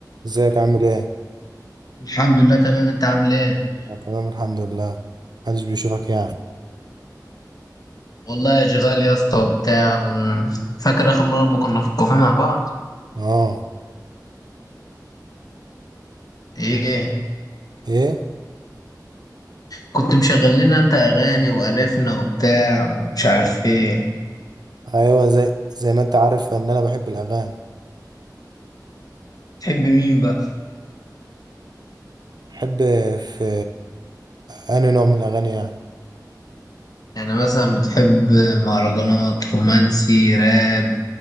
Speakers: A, on the right (about 70°); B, on the left (about 60°).
A: ازيك عامل ايه؟
B: الحمد لله تمام انت عامل ايه
A: أنا تمام الحمد لله محدش بيشوفك يعني
B: والله اشغال يا اسطى وبتاع و- فاكر اخر مره لما كنا في الكافيه مع بعض
A: اه
B: ايه
A: ايه؟
B: كنت مشغل لنا انت اغاني وقرفنا وبتاع ومش عارف ايه
A: ايوه زي زي ما انت عارف ان انا بحب الاغاني
B: تحب مين بقى
A: بحب في انهي نوع من الاغاني يعني
B: يعني مثلا بتحب مهرجانات رومانسي راب